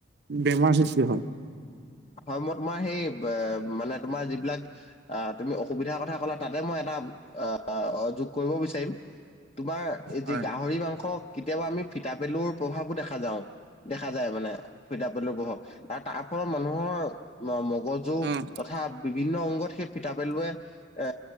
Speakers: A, on the right (about 55°); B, on the left (about 30°).
A: বেমাৰ সৃষ্টি হয়।
B: হয়। মই তোমাৰ সেই বে মানে তোমাৰ যিবিলাক আহ তুমি অসুবিধাৰ কথা কলা তাতে মই এটা আহ আ অ যোগ কৰিব বিচাৰিম। তোমাৰ এই যি
A: হয়
B: গাহৰি মাংস কেতিয়াবা আমি ফিতাপেলুৰ প্ৰভাৱো দেখা যাওঁ। দেখা যায় মানে ফিতাপেলু প্ৰভাৱ আ তাৰ ফলত মানুহৰ ম মগজু
A: উম
B: তথা বিভিন্ন অংগত সেই ফিতাপেলুৱে এ